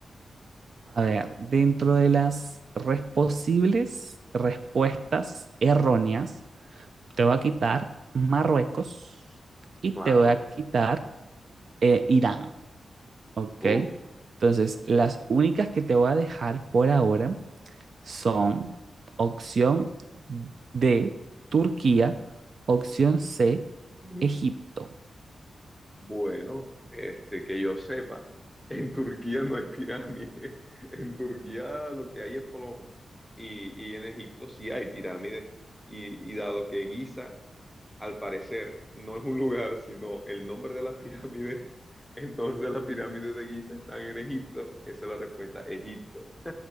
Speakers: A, in the centre; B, on the right (about 50°).
A: A
B: A
A: ver,
B: ver, dentro de las res- posibles respuestas erróneas,
A: Ajá.
B: te voy a quitar Marruecos y
A: claro.
B: te voy a quitar eh, Irán, ¿ok?
A: Uf,
B: Entonces,
A: ok.
B: las
A: <laughs>
B: únicas que te voy a dejar por ahora son opción D, Turquía, opción C,
A: Ujú.
B: Egipto.
A: Bueno, este, que yo sepa, en Turquía no hay pirámides. <laughs> En Turquía lo que hay es plomo. Y, y en Egipto sí hay pirámides. Y, y dado que Giza al parecer no es un lugar, sino el nombre de las pirámides. <laughs> Entonces las pirámides de Giza están en Egipto. Esa es la respuesta, Egipto.